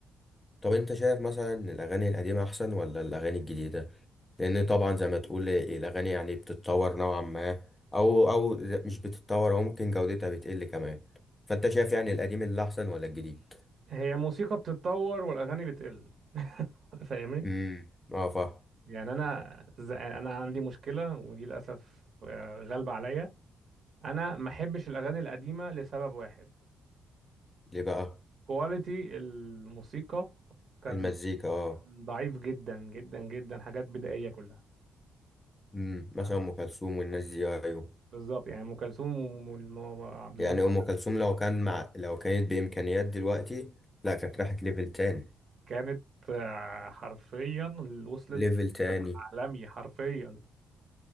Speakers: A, on the left; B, on the right.
A: طب انت شايف مثلا ان الاغاني القديمه احسن ولا الاغاني الجديده لان طبعا زي ما تقول ايه، الاغاني يعني بتتطور نوعا ما او او مش بتتطور او ممكن جودتها بتقل كمان فانت شايف يعني القديم اللي احسن ولا الجديد
B: هي موسيقى بتتطور والأغاني بتقل <laughs> فاهمني
A: امم اه فاهم
B: يعني انا ز- انا عندي مشكله ودي للاسف آه، غالبه عليا انا ما احبش الاغاني القديمه لسبب واحد
A: ليه بقى
B: كواليتي الموسيقى كان
A: المزيكا اه
B: ضعيف جدا جدا جدا حاجات بدائيه كلها
A: امم مثلا
B: تمام
A: ام كلثوم والناس دي ايوه
B: بالظبط يعني ام كلثوم وم- والم- وعبد الحليم
A: يعني
B: حافظ
A: ام كلثوم لو كان مع لو كانت بامكانيات دلوقتي لا كانت راحت ليفل تاني
B: كانت آه، حرفيا وصلت
A: ليفل تاني
B: العالمي حرفيا